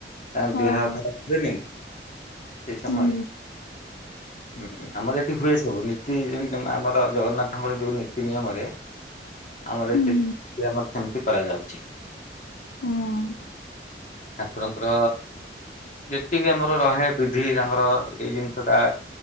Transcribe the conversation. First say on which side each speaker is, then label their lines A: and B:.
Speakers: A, on the left (about 45°); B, on the left (about 70°).
A: ତାଙ୍କ
B: ହଁ
A: ଦେହ ଖରାପ ହୁଏ ନି ସେଇ ସମୟରେ।
B: ହୁଁ
A: ହୁଁ ଆମର ଏଠି ହୁଏ ସବୁ ନୀତି ଯେମିତି ତମେ ଆମର ଜଗନ୍ନାଥଙ୍କର ଯୋଉ ନୀତି ନିୟମରେ ଆମର
B: ହୁଁ
A: ଏଠି ସେ ଆମର ସେମିତି କରାଯାଉଛି।
B: ହଁ।
A: ଠାକୁରଙ୍କର ଯେତିକି ଆମର ରହେ ବିଧି ତାଙ୍କର ଏଇ ଜିନିଷଟା